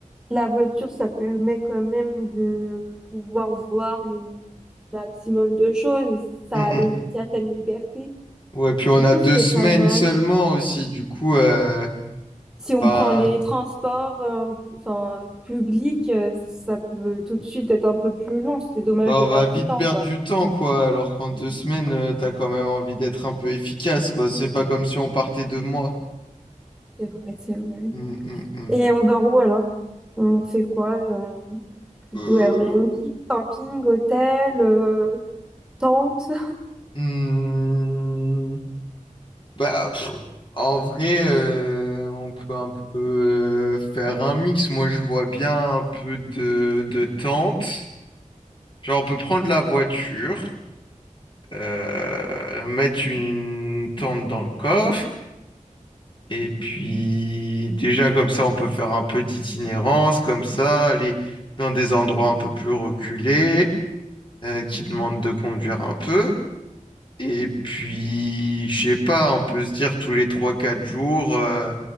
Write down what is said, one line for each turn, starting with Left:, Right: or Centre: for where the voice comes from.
Centre: la voiture, ça permet quand même de pouvoir voir le maximum de choses. Ça
Left: Mm,
Centre: amène
Left: mm.
Centre: une certaine liberté.
Left: Ouais, puis on
Centre: Du
Left: a
Centre: coup,
Left: deux
Centre: c'est
Left: semaines
Centre: pas mal.
Left: seulement aussi. Du coup, euh,
Centre: Si on
Left: enfin,
Centre: prend les transports, euh, enfin, publics, euh, ça peut tout de suite être un peu plus long. C'est dommage
Left: Bah,
Centre: de
Left: on
Centre: perdre
Left: va vite
Centre: du temps,
Left: perdre
Centre: quoi.
Left: du temps, quoi, alors qu'en deux semaines, euh, t'as quand même envie d'être un peu efficace, quoi. C'est pas comme si on partait deux mois.
Centre: C'est vrai, c'est vrai.
Left: Hum, hum, hum.
Centre: Et on dort où alors? On fait quoi? euh, plutôt
Left: Euh,
Centre: Airbnb, camping, hôtel, euh, tente.
Left: hum. Bah, pff, en vrai, euh, on peut un peu euh, faire un mix. Moi, je vois bien un peu de, de tente. Genre, on peut prendre la voiture, euh, mettre une tente dans le coffre. Et puis déjà comme ça, on peut faire un peu d'itinérance, comme ça, aller dans des endroits un peu plus reculés, euh, qui demandent de conduire un peu. Et puis, je sais pas, on peut se dire tous les trois quatre jours, euh,